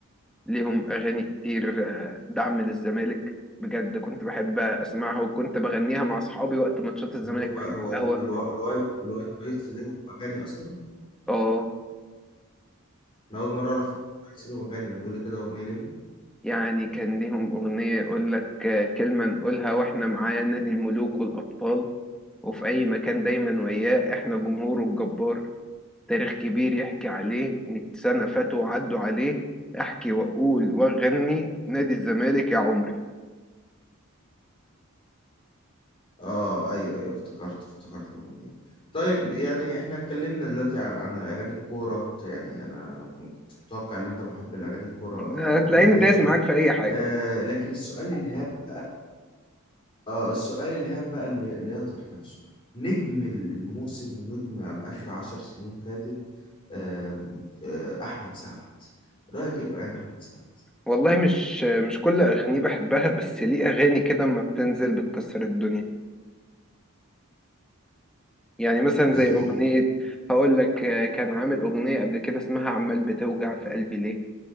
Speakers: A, in the centre; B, on the left (about 25°).
A: ليهم أغاني كتير آه، دعم للزمالك بجد كنت بحب أسمعها وكنت بغنيها مع أصحابي وقت ماتشات الزمالك
B: هو
A: وإحنا
B: هو
A: على القهوة
B: ال- الوا- الوايت الوايت نايتس ليهم اغاني اصلا
A: آه
B: انا اول مرة اعرف الوايت نايتس ليهم اغاني ما تقولي كده اغنية ليهم
A: يعني كان ليهم أغنية يقول لك آه، كلمة نقولها وإحنا معاه نادي الملوك والأبطال وفي أي مكان دايما وياه إحنا جمهوره الجبار تاريخ كبير يحكي عليه 100 سنة فاتوا وعدوا عليه أحكي وأقول وأغني نادي الزمالك يا عمري
B: اه ايوه ايوه افتكرت افتكرت الاغنيه دي طيب يعني احنا اتكلمنا دلوقتي عن عن الاغاني الكوره يعني انا ما كنتش متوقع ان انت محب لاغاني الكوره آه
A: هتلاقيني
B: بتاتا
A: دايس معاك في أي حاجة
B: آه لكن السؤال الهام بقى اه السؤال الهام بقى اللي, اللي يطرح نفسه نجم ال- الموسم ونجم على اخر عشر سنين فاتت آم، آه احمد سعد رايك ايه بقى يعني احمد سعد
A: والله مش مش كل اغانيه بحبها بس ليه اغاني كده اما بتنزل بتكسر الدنيا يعني مثلا
B: زي
A: زي اغنيه
B: ايه
A: هقول لك آه، كان عامل اغنيه قبل كده اسمها عمال بتوجع في قلبي ليه